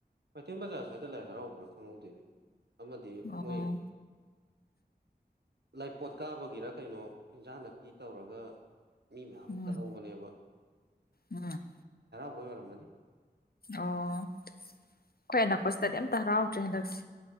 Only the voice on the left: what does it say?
ꯑꯣ
ꯎꯝ
ꯎꯝ
ꯑꯣ ꯑꯩꯣꯏ ꯑꯅꯛꯄꯁꯤꯗꯗꯤ ꯑꯝꯇ ꯍꯔꯥꯎꯗ꯭ꯔꯦ ꯍꯟꯗꯛꯁꯦ